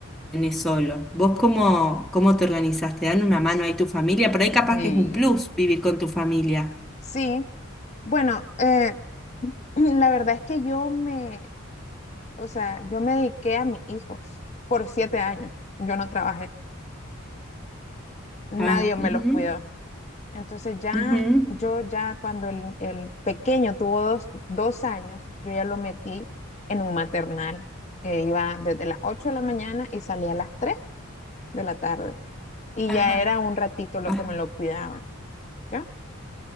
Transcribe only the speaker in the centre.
tenés solo. ¿Vos cómo, cómo te organizás? ¿Te dan una mano ahí tu familia? Por ahí capaz
que es un plus vivir con tu familia.
Ah,
ujú,
ujú,
Ajá,
ajá,